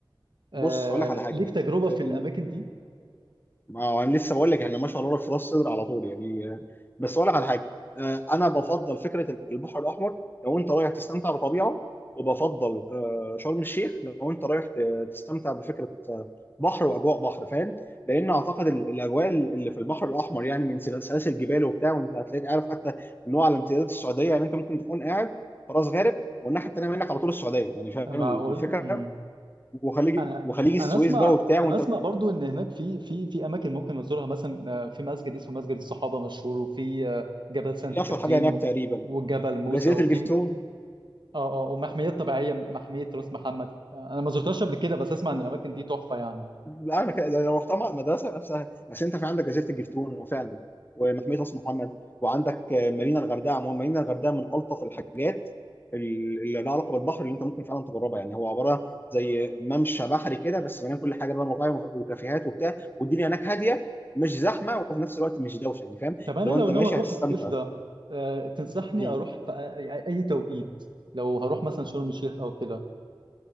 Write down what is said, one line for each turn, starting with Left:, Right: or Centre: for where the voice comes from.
Right: آه...
Left: بص هقول لك على حاجه
Right: ليك تجربه في
Left: آه،
Right: الاماكن دي
Left: ما هو انا لسه بقول لك يعني ما شاء الله في راس صدر على طول يعني آه، بس اقول لك على حاجه آه، انا بفضل فكره البحر الاحمر لو انت رايح تستمتع بطبيعه وبفضل آه، شرم الشيخ لو انت رايح ت- تستمتع بفكره آه، بحر واجواء بحر فاهم لان اعتقد ال- الاجواء اللي في البحر الاحمر يعني من سلا- سلاسل جبال وبتاع وانت هتلاقيك عارف حتى ان هو على امتداد السعوديه يعني انت ممكن تكون قاعد في راس غارب والناحيه التانيه منك على طول السعوديه يعني فاهم
Right: معقول
Left: الفكره
Right: امم
Left: وخليج
Right: انا
Left: وخليج السويس
Right: انا اسمع
Left: بقى وبتاع
Right: انا
Left: وانت
Right: اسمع برضو ان هناك في في في اماكن ممكن نزورها مثلا آه، في مسجد اسمه مسجد الصحابه مشهور وفي آه، جبل سانت
Left: هو دي اشهر
Right: كاترين
Left: حاجه هناك
Right: و-
Left: تقريبا
Right: وجبل موسى
Left: وجاذريه
Right: وفي
Left: الجفتون
Right: اه اه ومحميات طبيعيه محميه راس محمد آه، انا ما زرتهاش قبل كده بس اسمع ان الاماكن دي تحفه يعني
Left: لا انا كده لو رحتها مع المدرسه نفسها بس انت في عندك جزيره الجفتون وفعلا ومحميه راس محمد وعندك آه، مارينا الغردقه عموما مارينا الغردقه من الطف الحاجات ال- اللي لها علاقه بالبحر اللي انت ممكن فعلا تجربها يعني هو عباره زي ممشى بحري كده بس مليان كل حاجه بقى مطاعم وكافيهات وبتاع والدنيا هناك هاديه مش زحمه وفي نفس الوقت مش دوشه يعني فاهم
Right: طب انا
Left: لو انت
Right: لو ناوي
Left: ماشي
Right: اروح
Left: هتستمتع
Right: الصيف ده آه، تنصحني
Left: مم.
Right: اروح في أ- يعني اي توقيت لو هروح مثلا شرم الشيخ او كده